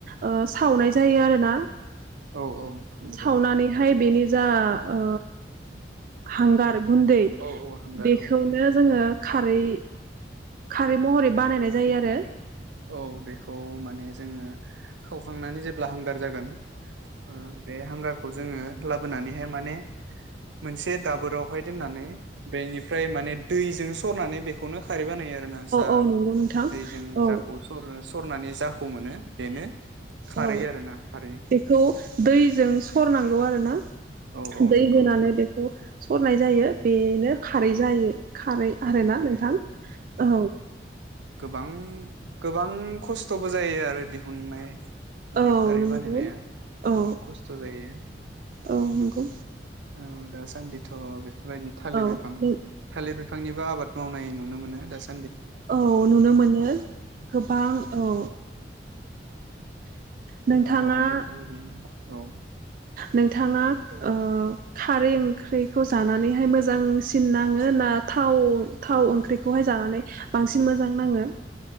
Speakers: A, on the right (about 50°); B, on the right (about 80°).
A: ओ सावनाय जायो आरो ना?
B: औ औ नंगौ
A: सावनानैहाय बेनि जा ओ हांगार गुन्दै
B: औ औ हांगार
A: बेखौनो
B: औ
A: जोङो खारै खारै महरै बानायनाय जायो
B: औ
A: आरो।
B: औ औ बेखौ माने जोङो खावखांनानै जेब्ला हांगार जागोन औ बे हांगार खौ जोङो लाबोनानैहाय माने मोनसे दाबोरावहाय दोननानै बेनिफ्राय माने दैजों सरनानै बेखौनो खारै बानाय <unintelligible> जा
A: औ नंगौ नोंथां
B: दैजों
A: औ
B: जाखौ सरो सरनानै जाखौ मोनो बेनो खारै
A: औ
B: आरोना खारै
A: बेखौ दैजों सरनांगौ आरोना
B: औ औ
A: दै
B: नंगौ
A: होनानै
B: नंगौ
A: बेखौ सरनाय जायो
B: औ
A: बेनो खारै
B: औ
A: जायो खारै आरो
B: औ
A: ना
B: खारै
A: नोंथां
B: औ
A: औ
B: गोबां गोबां खस्थ'बो जायो आरो दिहुननाय माने
A: औ
B: खारै
A: नंगौ
B: बानायनाया गोबां
A: औ
B: खस्थ' जायो
A: औ नंगौ
B: औ दा थ' बेफोरबायदि थालिर
A: औ
B: बिफां थालिर बिफां बिफांनिबो आबाद मावनाय नुनो मोनो दासिम।
A: औ नुनो मोनो गोबां औ नोंथाङा
B: गोबाङावनो बेफोरबायदि औ
A: नोंथाङा ओ खारै ओंख्रिखौ जानानैहाय मोजांसिन नाङो ना थाव थाव ओंख्रिखौहाय जानानै बांसिन मोजां नाङो